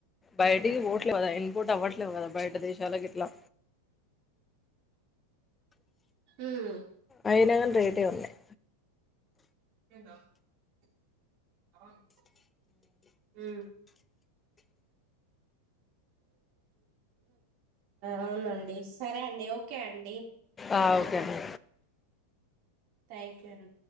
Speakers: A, on the left; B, on the right.
A: బయటికి పోట్లే కదా ఇన్పోట్ అవ్వట్లేవు కదా బయట దేశాలకు ఇట్లా
B: ఉమ్
A: అయినాకం రేట్ టే ఉన్నాయి
B: <unintelligible> అవును హు అవునండి సరే అండి ఓకే అండి
A: ఆ ఓకే అని
B: థ్యాంక్ యూ అండి